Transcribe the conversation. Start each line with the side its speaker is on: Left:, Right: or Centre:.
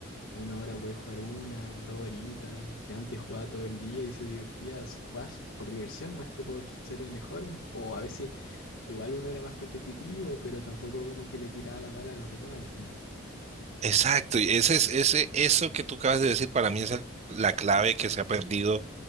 Left: Una hora puedes jugar una, dos horitas, que antes jugaba todo el día y se divertía, s- jugás por diversión más que por ser el mejor, o a veces Igual uno era más competitivo, pero tampoco como que le tiraba la mala a los demás al final.
Right: Exacto, y ese es ese, eso que tú acabas de decir para mí es el- la clave que se ha perdido